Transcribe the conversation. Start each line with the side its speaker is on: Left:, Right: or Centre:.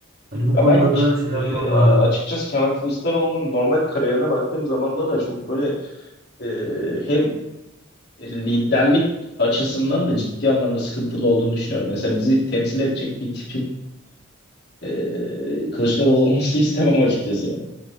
Right: Hani bu
Left: Ya
Right: konuda
Left: ben
Right: da şey yapmam
Left: e,
Right: lazım.
Left: açıkçası Kemal Kılıçdaroğlu'nun normal kariyerine baktığım zaman da çok böyle e, hem liderlik açısından da ciddi anlamda sıkıntılı olduğunu düşünüyorum. Mesela bizi temsil edecek bir tipin e, Kılıçdaroğlu olması <laughs> istemem açıkçası yani.